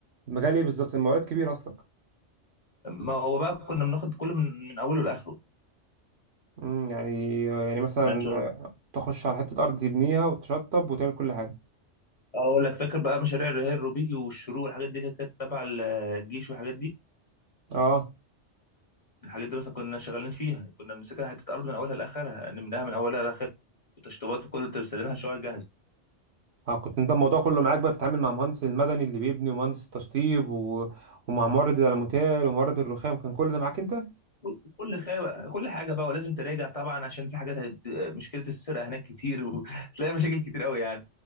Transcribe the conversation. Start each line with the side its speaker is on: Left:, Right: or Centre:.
Right: مجال ايه بالظبط المقاولات كبير اصلا
Left: ما هو بقى كنا بناخد كله من, من اوله لاخره
Right: امم يعني يعني مثلا
Left: يعني
Right: تخش على حته ارض تبنيها وتشطب وتعمل كل حاجه
Left: اقول لك فاكر بقى مشاريع الرهان الروبيكي والشروق والحاجات دي اللي كانت تبع ال- الجيش والحاجات دي
Right: اه
Left: الحاجات دي مثلا كنا شغالين فيها كنا بنمسكها حته ارض من اولها لاخرها يعني منها من اولها لاخرها التشطيبات وكل انت بتستلمها شويه جاهز
Right: اه كنت انت الموضوع كله معاك بقى بتتعامل مع مهندس المدني اللي بيبني ومهندس التشطيب و... ومع مورد الالوميتال ومورد الرخام كان كل ده معاك انت
Left: كل كل خا- كل حاجه بقى ولازم تراجع طبعا عشان في حاجات هت- مشكله السرقه هناك كتير وتلاقي <laughs> مشاكل كتير قوي يعني